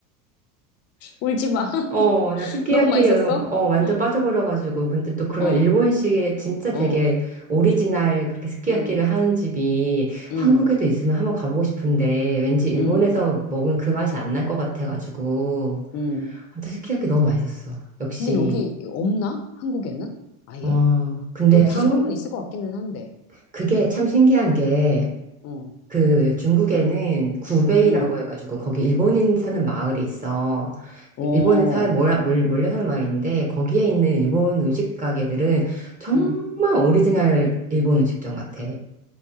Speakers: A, on the left; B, on the right.
A: 울지 마. <laughs>
B: 어, 나 스키야키에
A: 너무 맛있었어?
B: 어, 완전
A: 어,
B: 빠져버려가지고. 근데 또 그런
A: 어,
B: 일본식의 진짜 되게
A: 어,
B: 오리지널 그렇게 스키야키를
A: 응,
B: 하는 집이
A: 응.
B: 한국에도 있으면 한번 가보고 싶은데 왠지 일본에서
A: 음,
B: 먹은 그 맛이 안 날 것 같아가지고.
A: 음.
B: 아무튼 스키야키 너무 맛있었어. 역시.
A: 근데 여기 없나? 한국에는? 아예?
B: 어, 근데
A: 또 뒤져보면
B: 한국,
A: 있을 것 같기는 한데.
B: 그게 참 신기한 게
A: 어,
B: 그 중국에는 구베이라고
A: 음,
B: 해가지고 거기 일본인 사는 마을이 있어.
A: 어,
B: 그 일본에 사 몰아 몰- 몰려 사는 마을인데 거기에 있는 일본 음식 가게들은 정말
A: 음.
B: 오리지널 일본 음식점 같아.